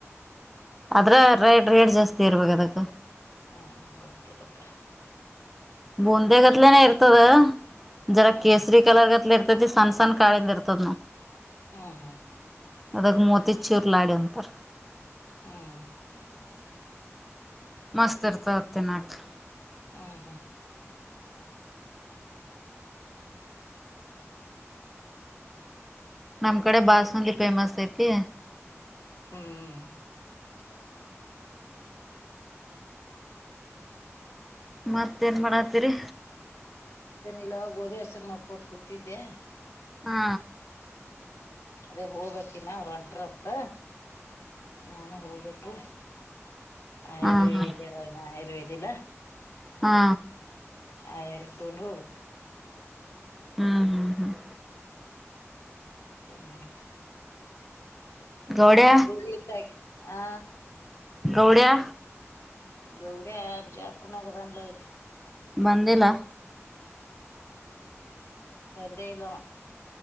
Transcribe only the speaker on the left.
ಹ್ಮ್ ಗೊತ್ತಲ್ಲಪ್ಪಾ
ಹ್ಮ್
ಹ್ಮ್ ಹ್ಮ್
ಹ್ಮ್
ಹ್ಮ್ ಹ್ಮ್
ಹ್ಮ್
ಇಲ್ಲಾಗ ಗೋಧಿ ಹೆಸರು ಮಾಡ್ಕೋತ ಕೂತಿದ್ದೆ
ಅದೇ ಹೋಗ್ಬೇಕ ಇನ್ನ ಅವ್ರ ಒಂಟ್ರ ಹೊತ್ತ ನಾನ ಬೆಳಬೇಕು ಆಯುರ್ವೇದಿ
ಇಲ್ಲ ಆಯುರ್ವೇದಿ ಇಲ್ಲಾ
ಆಯರ ತೊೊಂಡೂ ಬಕ್
ತಿ ಮಾಡ
ಗಿ ಇತ ಆ
ಗೌಡ್ಯಾ ಬಿಜಾಪುರದಾಗ ಅದನ ಈಗ
ಬಂದೇ ಇಲ್ಲವಾ